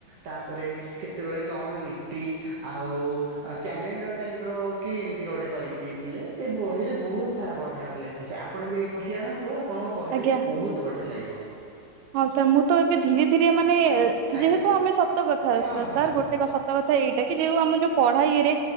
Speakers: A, on the right (about 60°); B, on the right (about 80°).
A: ତାପରେ- କେତେବେଳେ କଣ ନୀତି ଆଉ କ୍ୟାଲେଣ୍ଡର ଟାଇପ ର କି ଏମିତି ଗୋଟେ କରିକି ଦେଇଥିଲେ। ସେ ବହିରେ ବହୁତ ସାରା ବଢିଆ ବଢେ ଲେଖା ଅଛି ଆପଣ ବି ଏଇ ବହି ଆଣନ୍ତୁ ଆଉ - ଆପଣ ପଢିବେ
B: ଆଜ୍ଞା
A: କି ବହୁତ ବଢିଆ ଲାଗିବ।
B: ହଁ ସାର୍ ମୁଁ ତ ଏବେ ଧୀରେ ଧୀରେ ମାନେ
A: ଆଜ୍ଞା
B: ଯେହେତୁ ଆମେ ସତ କଥା
A: ହଁ ହଁ
B: ସାର୍
A: ହଁ
B: ଗୋଟେ କ ସ କଥା ଏଇଟା କି ଯୋଉ ଆମ ଯୋଉ ପଢ ଇରେ